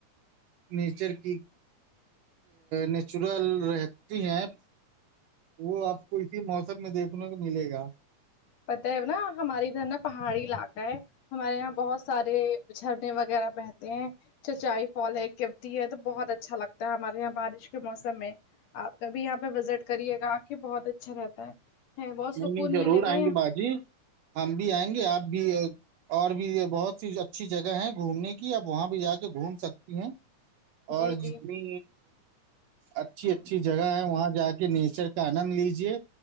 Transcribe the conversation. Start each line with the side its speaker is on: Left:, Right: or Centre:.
Right: نیچر کی نیچرل رہتی ہیں وہ آپ کو اسی موسم میں دیکھنے کو ملے گا
Left: پتا ہے نا ہمارے ادھر نا پہاڑی علاقہ ہے ہمارے یہاں بہت سارے جھرنے وغیرہ بہتے ہیں چچائی پال ہے کیوتی ہے تو بہت اچھا لگتا ہے ہمارے یہاں بارش کے موسم میں آپ کبھی یہاں پہ وزٹ کریے گا کے بہت اچھا رہتا ہے بہت سکون
Right: نہیں نہیں ضرور
Left: ملے گا
Right: آئیں
Left: یہاں
Right: گے باجی ہم بھی آئیں گے آپ بھی اور بھی یہ بہت سی اچھی جگہ ہے گھومنے کی اپ وہاں بھی جا کے گھوم سکتی ہیں اور
Left: جی جی
Right: جتنی اچھی اچھی جگہ ہے وہاں جا کے نیچر کا آنند لیجے